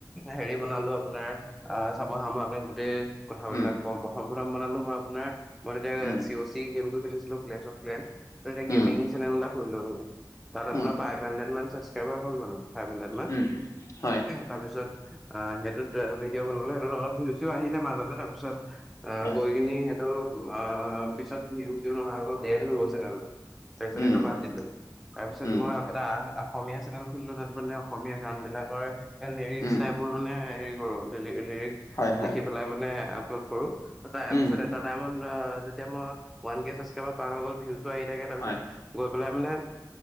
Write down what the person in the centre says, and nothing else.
হেৰি বনালোঁ আপোনাৰ অ', চাব হা আপোনাৰ গোটেই কথাবিলাক
কম প্ৰথম প্ৰথম বনালোঁ মই আপোনাৰ মই তেতিয়া
চিঅ'চি গেমটো খেলিছিলোঁ ক্লেচ অফ ক্লেম। তাতে
গেমিং চেনেল এটা খুলিলোঁ মানে, তাত আপোনাৰ
ফাইভ হুণ্ডেৰ্ড মান <unintelligible> হৈ মানে ফাইভ হাড্ৰেড মান,
তাৰপিছত আ, সেইটোত ভিডিঅ' বনালো, সেইটোত অলপ ভিউচো আহিলে মাজতে তাৰপিছত আ,
গৈ কিনি সেইটো অ', পিছত ভিউ-চিউ নহা হৈ গ'ল <unintelligible> চেনেলটো। তাৰপিছতে
সেইটো বাদ দিলোঁ, তাৰপিছত
মই এটা আ অসমীয়া চেনেল খুলিলোঁ তাত মানে অসমীয়া গান বিলাকৰ এ, লিৰিক্স
টাইপৰ মানে হেৰি কৰোঁ <unintelligible> লিৰিক্স
লিখি পেলায় মানে আপলোড কৰোঁ, <unintelligible>
এটা টাইমত আ তেতিয়া মই ওৱানকে চাচক্ৰাইবাৰ পাৰ হৈ গ'ল, ভিউচো আহি থাকে, তাৰপিছত
গৈ পেলাই মানে